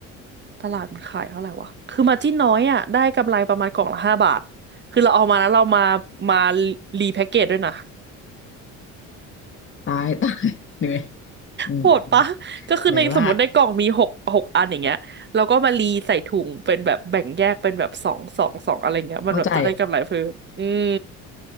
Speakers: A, on the right; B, on the left.
A: ตลาดมันขายเท่าไหร่วะคือมาจิ้นน้อยอ่ะได้กำไรประมาณกล่องละห้าบาทคือเราเอามาแล้วเรามามารีแพ็กเกจด้วยนะ
B: ตาย <laughs> ตายเหนื่อยอืม
A: โหดปะก็คือในสมมติในกล่องมีหกหกอันอย่างเงี้ยแล้วก็มารีใส่ถุงเป็นแบบแบ่งแยกเป็นแบบสองสองสองอะไรเงี้ยมันแบบจะได้กำไรเพิ่มอืม
B: เหนื่อยมากเข้าใจ